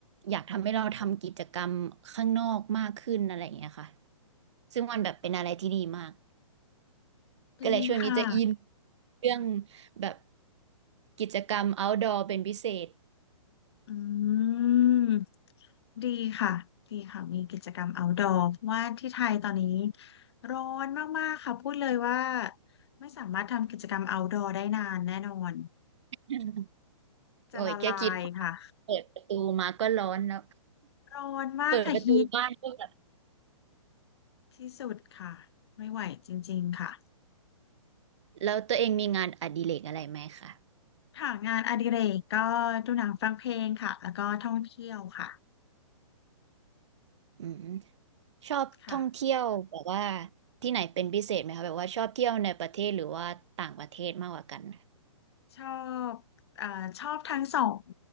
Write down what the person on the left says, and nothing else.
ดีค่ะ
อืม ดีค่ะ ดีค่ะ มีกิจกรรม outdoor เพราะว่าที่ไทยตอนนี้ร้อนมากๆค่ะพูดเลยว่าไม่สามารถทำกิจกรรม outdoor ได้นานแน่นอน
จะละลายค่ะ
ร้อนมากค่ะฮีท
ที่สุดค่ะ ไม่ไหวจริงๆค่ะ
ค่ะงานอดิเรกก็ดูหนังฟังเพลงค่ะแล้วก็ท่องเที่ยวค่ะ
ค่ะ
ชอบเอ่อชอบทั้งสอง